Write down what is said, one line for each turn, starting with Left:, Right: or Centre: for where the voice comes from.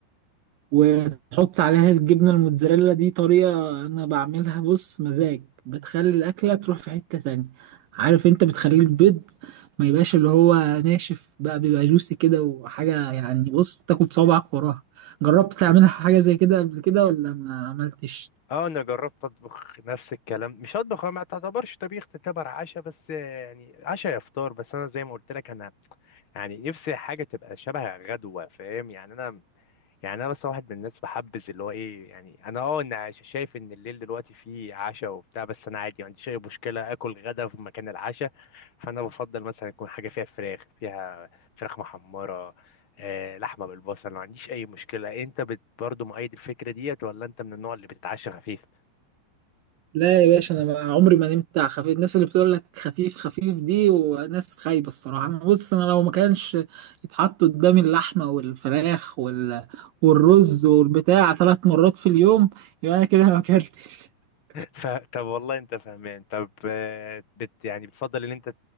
Right: وتحط عليها الجبنة الموتزاريلا دي طريقة أنا بعملها بص مزاج بتخلي الأكلة تروح في حتة تانية عارف أنت بتخلي البيض ما يبقاش اللي هو ناشف بقى بيبقى جوسي كده وحاجة يعني بص تاكل صوابعك وراها جربت تعملها حاجة زي كده قبل كده ولا ما عملتش؟
Left: اه انا جربت اطبخ نفس الكلام مش اطبخ هو ما تعتبرش طبيخ تعتبر عشاء بس يعني عشاء يا فطار بس انا زي ما قلت لك انا يعني نفسي حاجة تبقى شبه غدوة فاهم يعني أنا يعني أنا بس واحد من الناس بحبذ اللي هو إيه يعني أنا أه أنا ش- شايف إن الليل دلوقتي فيه عشاء وبتاع بس أنا عادي ما عنديش أي مشكلة آكل غدا في مكان العشاء فأنا بفضل مثلا يكون حاجة فيها فراخ فيها فراخ محمرة آه لحمة بالبصل ما عنديش أي مشكلة أنت بت برضه مؤيد الفكرة ديت ولا أنت من النوع اللي بتتعشى خفيف؟
Right: لا يا باشا انا ما- عمري ما نمت على خفيف الناس اللي بتقول لك خفيف خفيف دي وناس خايبه الصراحه أنا بص انا لو ما كانش يتحط قدامي اللحمه والفراخ وال... والرز والبتاع ثلاث مرات في اليوم يبقى انا كده ما اكلتش <laughs>
Left: ف... طب والله انت فاهمان طب آه، بت يعني بتفضل ان انت